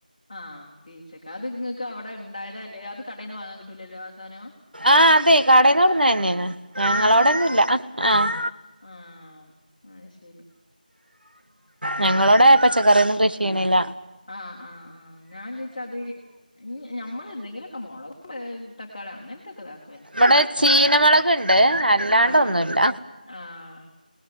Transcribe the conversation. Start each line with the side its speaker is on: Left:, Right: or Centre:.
Left: ആ.. പീച്ചക്ക അത് ഇങ്ങക്ക് അവിടെ ഉണ്ടായതാല്ലേ. അത് കടയിൽ നിന്ന് വാങ്ങാൻ കിട്ടൂലല്ലോ ആ സാധനം.
Right: അഹ്, അതെ കടേന്ന് ടുന്നേനെയേണ്. ഞങ്ങളോടൊന്നുംല്ല
Left: ഏഹ്
Right: ആഹ്.
Left: ആഹ്, അത് ശരി.
Right: ഞങ്ങളോടെ പച്ചക്കറി ഒന്നും കൃഷിയിണില്ല.
Left: ആഹ് ആഹ് ആഹ് ഞാചോയ്ച്ച അത് ൻ ഞമ്മള് എന്തെങ്കിലൊ ആ മുളകും <unintelligible> തക്കാളി അങ്ങനെതൊക്ക <unintelligible>
Right: ഇവിടെ ചീനമുളകുണ്ട്അല്ലാണ്ട്
Left: ആഹ്
Right: ഒന്നുല്ല.
Left: ആഹ്